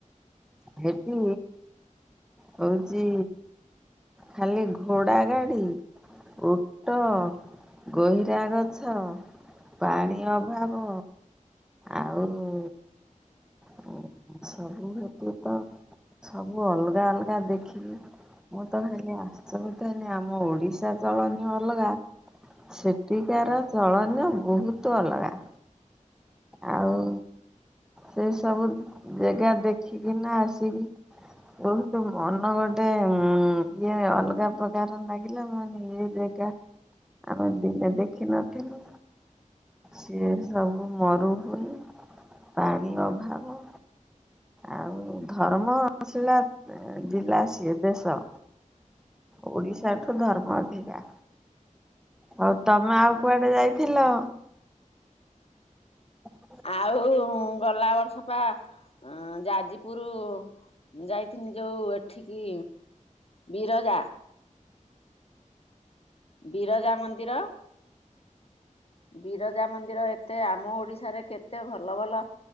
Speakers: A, in the centre; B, on the left.
A: ହେଟି ହଉଚି ଖାଲି ଘୋଡ଼ା ଗାଡ଼ି। ଉଟ, ଗହିରା ଗଛ। ପାଣି ଅଭାବ, ଆଉ ଓ ହଁ ସବୁ ହେଟି କଁ ସବୁ ଅଲଗା ଅଲଗା ଦେଖିକି ମୁଁ ତ ଖାଲି ଆଚମ୍ବିତ ହେନି ଆମ ଓଡିଶା ଚ ମାନେ ଅଲଗା। ସେଟିକାର ଚଳନ ବହୁତ ଅଲଗା। ଆଉ ସେଇ ସବୁ ଜାଗା ଦେ କିନା ଆସିକି ବହୁତ ମନ ଗୋଟେ ଉଁ, ଇଏ ଅଲଗା ପ୍ରକାର ଲାଗିଲା, ମୁଁ କହିନି ଇଏ ଯେ କା -ଆମେ ଦିନେ ଦେଖିନଥିଲୁ। ସିଏ ସବୁ ମରୁଭୁମି, ପାଣି ଅଭାବ। ଆଉ ଧର୍ମଶିଳା ଏଁ, ଜିଲ୍ଲା ସିଏ ଦେଶ। ଓଡିଶା ଠୁ ଧର୍ମ ଅଧିକା। ହଉ ତୋମେ ଆଉ କୁଆଡେ ଯାଇଥିଲ? <inaudible>
B: ଆଉ ଉଁ, ଗଲା ବର୍ଷ କୁ ଆ ଅଁ, ଯାଜିପୁରୁ ଯାଇଥିନି ଯୋଉ ଏଠିକି ବିରଜା ବିରଜା ମନ୍ଦିର। ବିରଜା ମନ୍ଦିର ଏତେ ଆମ ଓଡିଶାରେ କେ ଏତେ ଭଲ ଭଲ